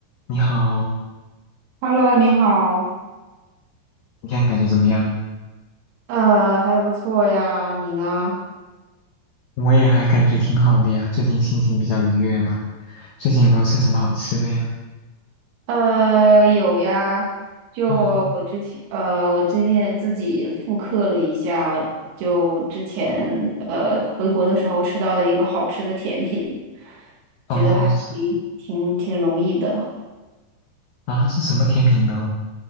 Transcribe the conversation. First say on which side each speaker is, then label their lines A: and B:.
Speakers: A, on the left; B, on the right.
A: 你好，
B: Hello，你好，
A: 你看感觉怎么样？
B: 呃，还不错呀，你呢？
A: 我也还感觉挺好的呀，最近心情比较愉悦吧。最近有没有吃什么好吃的呀？
B: 呃，有呀，就我之前，
A: 嗯，
B: 呃，我最近自己复刻了一下，就之前呃回国的时候吃到的一个好吃的甜品，
A: 哦，
B: 觉得还
A: 是
B: 挺挺容易的，
A: 啊，是什么甜品呢？